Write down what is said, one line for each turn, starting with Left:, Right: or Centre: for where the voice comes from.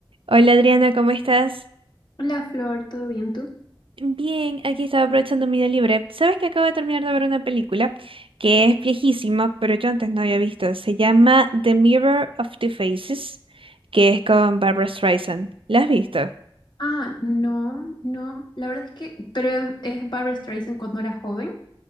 Right: Hola Adriana, ¿cómo estás?
Left: Hola Flor, ¿todo bien tú?
Right: Bien, aquí estaba aprovechando mi día libre. Sabes que acabo de terminar de ver una película que es viejísima, pero yo antes no había visto. Se llama The Mirror of the Faces, que es con Barbara Streisand. ¿La has visto?
Left: Ah, no, no, la verdad es que, pero es Barbra Streisand cuando era joven.